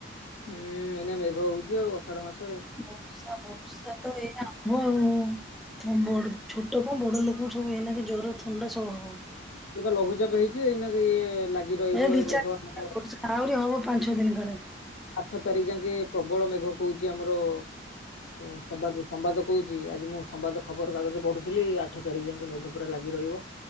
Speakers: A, on the left (about 75°); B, in the centre.
A: ହୁଁ ଏଇନା ମେଘ ହଉଛି ଆଉ ଅଷାଢ ମାସ।
B: ବର୍ଷା ବର୍ଷାତ ଏଇନା ହବ ଆଉ ବ ଛୋଟ କଣ ବଡ ଲୋକ ସବୁ ଏନାକ ଜର ଥଣ୍ଡା ସବୁ ହବ।
A: ଲଘୁଚାପ ହେଇଛି ଏଇନାକେ ଇଏ ଲାଗି ରହିବ
B: ଏ ଦି ଚାରି
A: ମେଘ
B: ଦିଆହୁରି ହବ ପାଞ୍ଚ ଛଅ ଦିନି ଖଣ୍ଡେ।
A: ଆଠ ତାରିଖ ଯାଙ୍କେ ପ୍ରବଳ ମେଘ କହୁଛି ଆମର ଓ ସମ୍ବାଦ ସମ୍ବାଦ କହୁଛି ଆଜି ମୁଁ ସମ୍ବାଦ ଖବରକାଗଜରେ ପଢୁଥିଲି ଆଠ ତାରିଖ ଜାଙ୍କେ ମେଘ ପୁରା ଲାଗି ରହିବ।